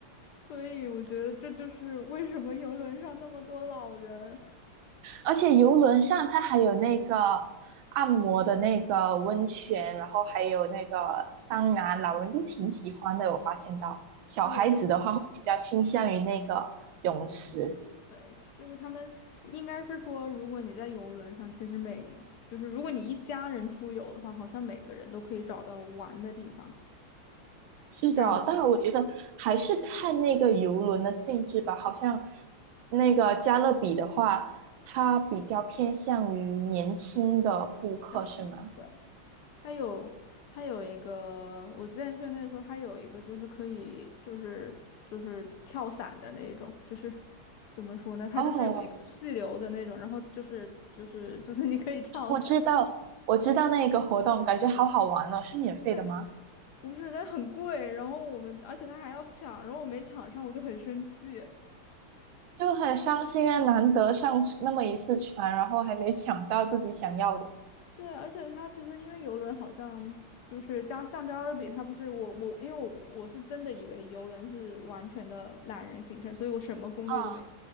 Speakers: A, on the left; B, on the right.
A: 所以我觉得这就是为什么游轮上那么多老人。
B: 而且游轮上它还有那个按摩的那个温泉，然后还有那个桑拿，老人都挺喜欢的。
A: 嗯
B: 我发现到小孩子的话会比较倾向于那个泳池。
A: 对对，就是他们应该是说，如果你在游轮上，其实每就是如果你一家人出游的话，好像每个人都可以找到玩的地方，
B: 是的，
A: 这样
B: 但是我觉得还是看那个游轮的性质吧。好像那个加勒比的话，它比较偏向于年轻的顾客，
A: 小孩儿。
B: 是吗？
A: 对它有它有一个，我之前去那的时候，它有一个就是可以就是就是跳伞的那种，就是怎么说呢？它就是有一个气流的那种，
B: 哦，
A: 然后就是就是就是你可以跳伞。
B: 我知道，我知道那个活动，感觉好好玩哦，是免费的吗？
A: 对，不是，那很贵，然后我们而且它还要抢，然后我没抢上，我就很生气。
B: 就很伤心啊，难得上那么一次船，然后还没抢到自己想要的。
A: 对，而且它其实因为游轮好像就是加橡胶的比，它不是我我因为我我是真的以为游轮是完全的懒人行程，所以我什么攻略都没。
B: 啊，